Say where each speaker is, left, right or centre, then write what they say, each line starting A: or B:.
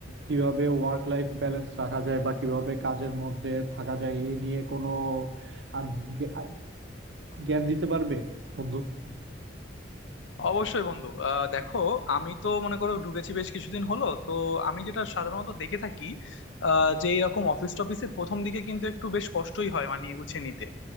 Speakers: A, on the right; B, on the left.
A: কিভাবে ওয়ার্ক লাইফ ব্যালেন্স রাখা যায় বা কিভাবে কাজের মধ্যে থাকা যায় এই নিয়ে কোনো আহ, জ্ঞা- জ্ঞান দিতে পারবে বন্ধু
B: অবশ্যই বন্ধু আহ, দেখো আমি তো মনে করো ঢুকেছি বেশ কিছুদিন হলো তো আমি যেটা সাধারণত দেখে থাকি আহ, যে এরকম অফিস টফিসে প্রথম দিকে কিন্তু একটু বেশ কষ্টই হয় মানে গুছিয়ে নিতে